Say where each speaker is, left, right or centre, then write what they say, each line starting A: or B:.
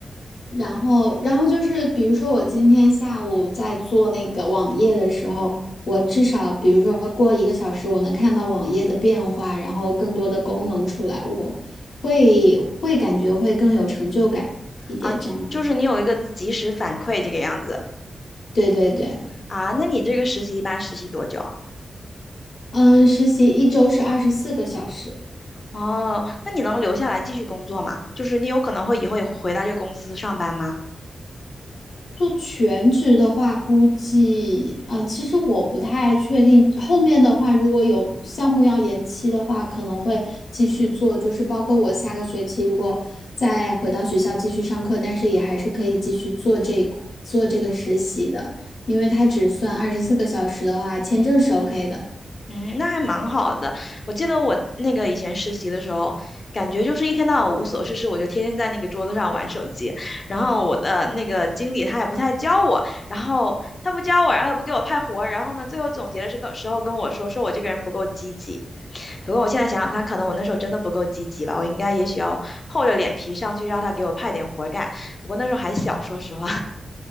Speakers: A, on the left (about 80°); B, on the left (about 45°).
A: 然后，然后就是，比如说我今天下午在做那个网页的时候，我至少比如说过一个小时，我能看到网页的变化，然后更多的功能出来，我会会感觉会更有成就感一点，
B: 啊，
A: 这样子。
B: 就是你有一个及时反馈这个样子
A: 对对对，
B: 啊，那你这个实习一般实习多久啊？
A: 嗯，实习一周是二十四个小时。
B: 哦，那你能留下来继续工作吗？就是你有可能会以后也会回到这个公司上班吗？
A: 做全职的话，估计，嗯、其实我不太确定。后面的话，如果有项目要延期的话，可能会继续做，就是包括我下个学期如果再回到学校继续上课，但是也还是可以继续做这做这个实习的，因为它只算二十四个小时的话，签证是 OK 的。
B: 嗯，那还蛮好的。我记得我那个以前实习的时候，感觉就是一天到晚无所事事，我就天天在那个桌子上玩手机。然后我的那个经理他也不太教我，然后他不教我，然后也不给我派活儿。然后呢，最后总结的时个时候跟我说，说我这个人不够积极。不过我现在想想看，可能我那时候真的不够积极吧，我应该也许要厚着脸皮上去让他给我派点活儿干。不过那时候还小，说实话。